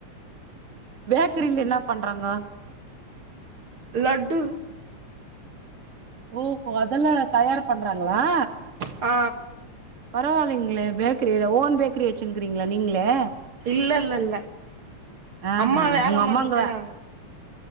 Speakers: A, on the right; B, on the right.
A: பேக்ரில என்ன பண்றாங்க
B: லட்டு
A: ஓஹோ அதெல்லா தயார் பண்றாங்களா
B: ஆ
A: பரவால்லைங்ளே பேக்ரில ஓன் பேக்ரி வச்சுன்க்கிறீங்ளா நீங்ளே
B: இல்ல இல்ல இல்ல
A: ஆஹா
B: அம்மா வேல
A: உங்க அம்மாங்க
B: மட்டு செய்றாங்க